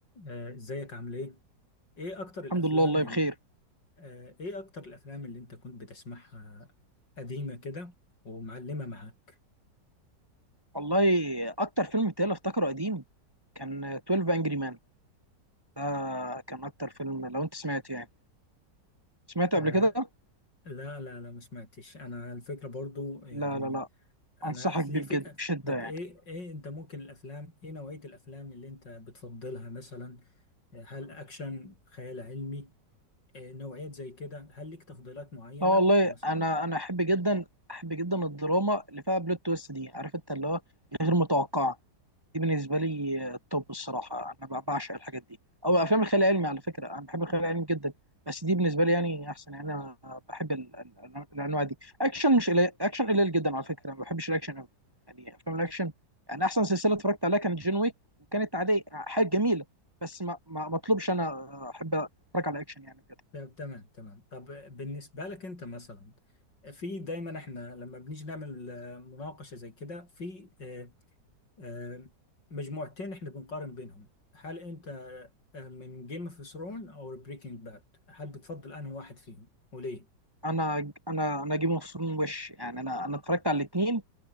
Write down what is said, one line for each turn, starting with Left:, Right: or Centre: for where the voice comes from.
Left: آه، ازيك عامل ايه؟ ايه اكتر الافلام
Right: الحمد لله والله
Left: ال...
Right: بخير
Left: آه، ايه اكتر الافلام اللي انت كنت بتسمعها قديمة كده ومعلمة معاك؟
Right: والله اكتر فيلم بتاعي افتكره قديم كان 12 انجري مان ده كان اكتر فيلم لو انت سمعت يعني سمعته
Left: آه،
Right: قبل كده
Left: لا لا لا ما سمعتش انا الفكرة برضو يعني
Right: لا لا لا
Left: انا
Right: انصحك
Left: في
Right: بيه
Left: ليه في
Right: بجد بشده
Left: طب
Right: يعني
Left: ايه ايه انت ممكن الافلام ايه نوعية الافلام اللي انت بتفضلها مثلا آه، هل اكشن خيال علمي آه، نوعيات زي كده هل ليك تفضيلات معينة
Right: لا والله
Left: مثلا؟
Right: انا انا احب جدا احب جدا الدراما اللي فيها بلوت تويست دي عارف انت اللي هو غير متوقعه دي بالنسبه لي التوب الصراحه انا ب- بعشق الحاجات دي او افلام الخيال العلمي على فكره انا بحب الخيال العلمي جدا بس دي بالنسبه لي يعني احسن يعني انا بحب ال- ال- الانواع دي اكشن مش قليل اكشن قليل جدا على فكره ما بحبش الاكشن قوي يعني افلام الاكشن يعني احسن سلسله اتفرجت عليها كانت جون ويك وكانت عاديه حاجه جميله بس ما ما ما اطلبش انا احب اتفرج على اكشن يعني بجد
Left: طب تمام تمام طب بالنسبة لك أنت مثلا في دايما احنا لما بنيجي نعمل آه، مناقشة زي كده في آه، آه، مجموعتين احنا بنقارن بينهم هل أنت آه، من جيم اوف ثرون أو بريكنج باد هل بتفضل أنهي واحد فيهم وليه؟
Right: انا انا انا جيم اوف ثرون وش يعني انا انا اتفرجت على الاثنين